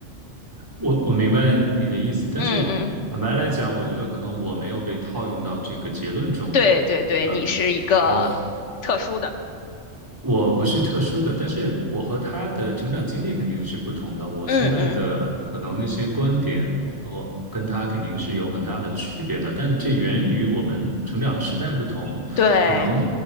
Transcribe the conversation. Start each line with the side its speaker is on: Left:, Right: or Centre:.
Right: 我我明白你的意思，但是坦白来讲，
Left: 嗯嗯，
Right: 我觉得可能我没有被套用到这个结论中。
Left: 对对对，
Right: 嗯，
Left: 你是一个特殊的。
Right: 我和我不是特殊的，但是我和他的成长经历肯定是不同的。我现在的可能那些观点，
Left: 嗯嗯，
Right: 我跟他肯定是有很大的区别的，但这源于我们成长的时代不同，
Left: 对，
Right: 可能